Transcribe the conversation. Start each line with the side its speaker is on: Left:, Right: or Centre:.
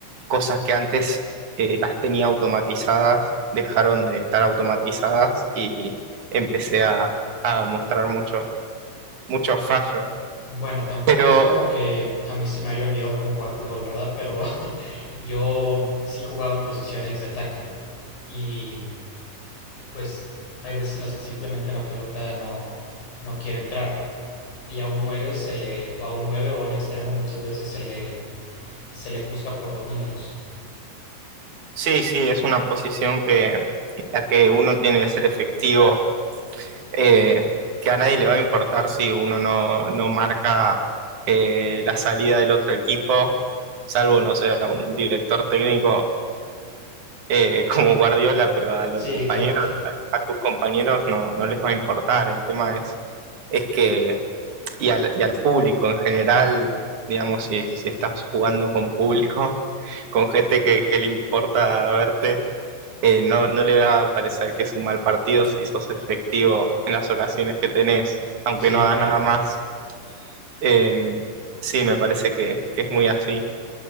Right: cosas que antes eh, las tenía automatizadas dejaron de estar automatizadas y empecé a, a mostrar muchos muchos fallos.
Left: Bueno, tampoco
Right: Pero
Left: es como que a mí se me haya olvidado cómo jugar fútbol, ¿verdad? Pero <laughs> yo sí jugaba en posiciones de ataque y pues hay veces en las que simplemente la pelota no, no quiere entrar. Y a un nueve se le, o a un 9 o a un extremo muchas veces se le, se le juzga por los números.
Right: sí, sí, es una posición que, en la que uno tiene que ser efectivo eh, que a nadie le va a importar si uno no, no marca eh, la salida del otro equipo, salvo, no sé, a un director técnico eh, <laughs> como Guardiola, pero a los
Left: Sí,
Right: compañeros,
Left: claro,
Right: a, a tus compañeros no, no les va a importar. El tema es, es que, y al, y al público en general, digamos, si, si estás jugando con público, con gente que, que le importa verte eh, no, no le va a parecer que es un mal partido si sos efectivo en las ocasiones que tenés, aunque
Left: <laughs> sí,
Right: no hagas
Left: claro.
Right: nada Claro. más. Eh, sí, me parece que, que es muy así.